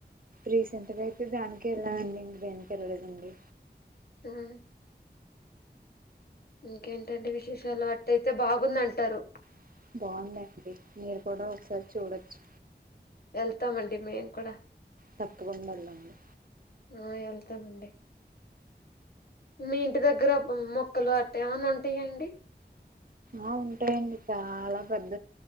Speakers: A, on the right; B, on the left.
A: రీసెంట్ గా అయితే దానికి వెళ్ళదండి ఇంకా దేనికి వెళ్ళదండి
B: అహ ఇంకేంటండి విశేషాలు అట్ట అయితే బాగుంది అంటారు
A: <inaudible> కూడాడ ఒకసారి చూడచ్చు
B: వెళ్తామండి మేము కూడా
A: తప్పకుండా వెళ్ళండి
B: ఆ వెళ్తానండి మీ ఇంటి దగ్గర మొక్కలు అట్ట ఏమన్నా ఉంటాయాండి
A: ఆ ఉంటాయండి చాలా పెద్ద